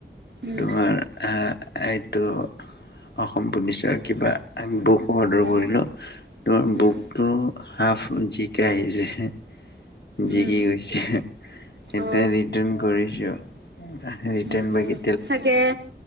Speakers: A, on the right; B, on the left.
A: উম
B: তোমাৰ এ-এইটো অসম পুলিচৰ কিবা। <unintelligible> বুক অৰ্ডাৰ
A: উম
B: কৰিলোঁ। তোমাৰ
A: উম
B: বুক টো হাফ জি কে আহিছে হেঁহ্। জিকি
A: উম
B: গৈছে এতিয়া
A: অ
B: ৰিটাৰ্ণ কৰিছোঁ। ৰিটাৰ্ণ
A: উম উম
B: বাকী
A: চাগে?